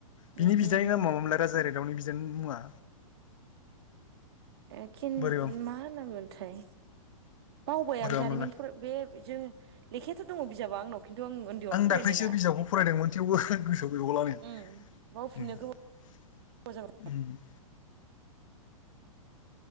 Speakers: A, on the left; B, on the right.
A: बिनि
B: उमहो
A: बिदानि
B: उमहो
A: नामा मामोनलाय राजा इरा दावनि बिदानि मुङा?
B: एखिन
A: बोरैबा
B: मा होनोमोनथाय बावबाय
A: बोरैबामोनलाय
B: आं जारिमिन फराय बे जों लेखायाथ' दङ' बिजाबा आंनाव। खिन्थु उन्दैयावनो
A: आं
B: फरायनाय
A: दाख्लैसो
B: ना
A: बिजाबखौ फरायदोंमोन थेवबो गोसोआव गैगावला आङो।
B: ओं बावफिननो
A: ओम।
B: गोबाव जाबाय
A: <inaudible>